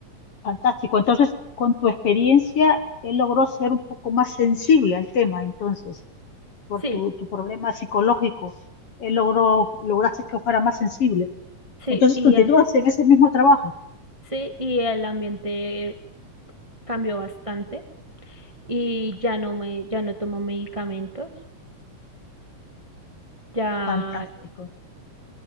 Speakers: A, on the left; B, on the right.
A: fantástico. Entonces, con tu experiencia, él logró ser un poco más sensible al tema, entonces, por
B: Sí,
A: tu, tu problema psicológico, él logró, lograste que fuera más sensible.
B: sí,
A: Entonces,
B: y,
A: continúas
B: ah,
A: en ese mismo trabajo.
B: sí, y el ambiente cambió bastante y ya no me, ya no tomo medicamentos, ya,
A: Fantástico.